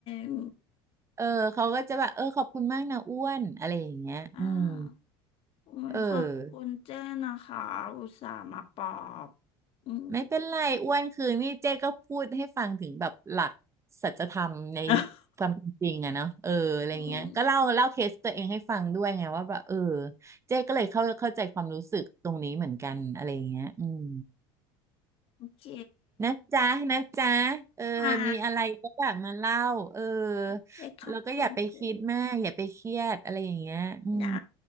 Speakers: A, on the left; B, on the right.
A: ง
B: เออเขาก็จะแบบเออขอบคุณมากนะอ้วนอะไรอย่างเงี้ยอืม
A: อ่าโอ้ยขอบคุณเจ้นะคะ
B: เออ
A: อุตส่าห์มาปลอบ อืม
B: ไม่เป็นไรอ้วนคือนี่เจ๊ก็พูดให้ฟังถึงแบบหลักสัจธรรมใน
A: <laughs>
B: ความเป็นจริงอะเนาะเอออะไรเงี้ยก็เล่าเล่าเคสตัวเองให้ฟังด้วยไงว่าแบบเออ
A: อืม
B: เจ๊ก็เลยเข้าเข้าใจความรู้สึกตรงนี้เหมือนกันอะไรเงี้ยอืม
A: โอเค
B: นะจ๊ะนะจ๊ะเออมีอะไรก็แบบมาเล่าเออ
A: อ่าโอเคขอบคุณเจ
B: แล้วก็อย่าไปคิดมากอย่าไปเครียดอะไรอย่างเงี้ยอืม
A: ได้